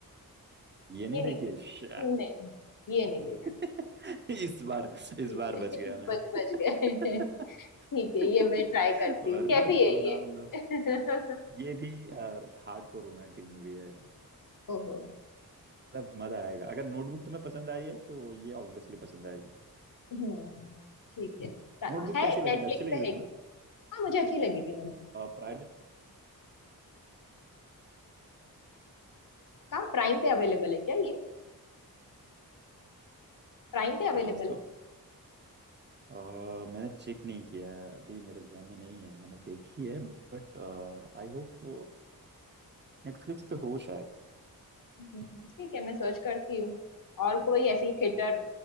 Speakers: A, on the right; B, on the left.
A: ये नहीं
B: ये
A: देखिए
B: नहीं
A: Shit.
B: देखा नहीं ये नहीं देखा
A: <laughs> इस बार इस
B: ठीक
A: बार
B: है
A: बच
B: <laughs>
A: गया
B: इस
A: मैं
B: बच
A: <laughs>
B: बच गए <laughs> ठीक है ये मैं ट्राई करती
A: <laughs> वरना
B: हूँ कैसी
A: जो
B: है
A: नाम
B: ये
A: लो
B: <laughs>
A: ये भी हार्ड कोर रोमांटिक मूवी है
B: ओहो
A: मतलब मजा आएगा अगर नोटबुक तुम्हें पसंद आई है तो ये ऑब्वियसली पसंद आएगी
B: हम्म ठीक है ता-
A: नोटबुक
B: है
A: कैसी लगी
B: नेटफ्लिक्स
A: थी अच्छी लगी
B: पे
A: थी
B: है क्या
A: तुम्हें
B: हाँ मुझे अच्छी लगी थी नेटफ्लिक्स
A: प्राइड
B: कहाँ प्राइम पे अवेलेबल है क्या ये प्राइम पे अवेलेबल
A: आज तो
B: है
A: अ, मैंने चेक नहीं किया है अभी मेरे जहन में नहीं है मैंने देखी है बट आई होप नेटफ्लिक्स पे हो शायद
B: हम्म, ठीक है मैं सर्च करती हूँ और कोई ऐसी थिएटर